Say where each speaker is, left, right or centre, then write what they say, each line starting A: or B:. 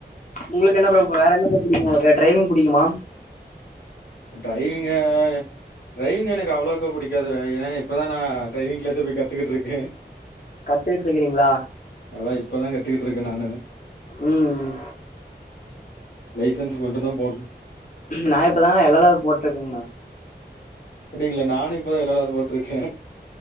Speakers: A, on the left; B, on the left.
A: உங்ளுக்கு என்ன ப்ரோ வேற என்ன ப்ரோ புடிக்கு உங்ளுக்கு டிரைவிங் புடிக்குமா
B: ட்ரைவிங்க ட்ரைவிங் எனக்கு அவ்ளவுக்கு பிடிக்காது ஏனா இப்பதான் நான் ட்ரைவிங் கிளாஸ் போய் கத்துக்கிட்டுருக்கேன்
A: கத்துக்கிட்டு இருக்கிறீங்களா
B: அதான் இப்பதான் கத்துக்கிட்டு இருக்கன் நானு
A: ம்
B: லைசன்ஸ் மட்டுந்த போடணு
A: நான் இப்பதாங்க எல் எல் ஆர் போட்டிருக்க
B: அப்படிங்களா நானும் இப்பதான் எல் எல் ஆர் போட்டிருக்கேன்